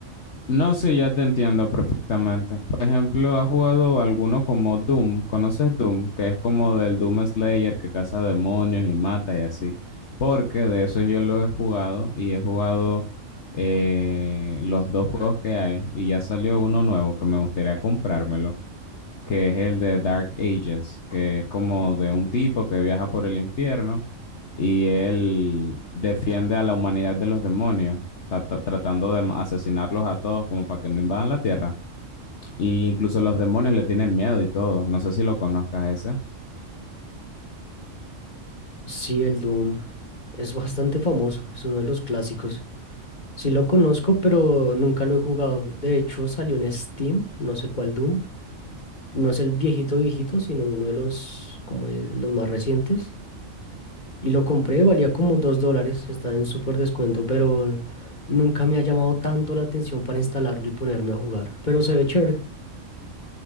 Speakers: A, on the left (about 60°); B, on the left (about 35°).
A: No sé, ya te entiendo perfectamente. Por ejemplo, ¿has jugado alguno como Doom? ¿Conoces Doom? Que es como del Doom Slayer que caza demonios y mata y así. Porque de eso yo lo he jugado y he jugado eh, los dos juegos que hay y ya salió uno nuevo que me gustaría comprármelo que es el de Dark Ages, que es como de un tipo que viaja por el infierno y él defiende a la humanidad de los demonios, ta- ta- tratando de asesinarlos a todos como para que no invadan la Tierra. Y incluso los demonios le tienen miedo y todo. No sé si lo conozcas ese.
B: Sí, el Doom es bastante famoso, es uno de los clásicos. Sí lo conozco, pero nunca lo he jugado. De hecho, salió en Steam, no sé cuál Doom, No es el viejito viejito, sino uno de los, como el- los más recientes. Y lo compré, valía como dos dólares, está en súper descuento, pero nunca me ha llamado tanto la atención para instalarlo y ponerme a jugar. Pero se ve chévere.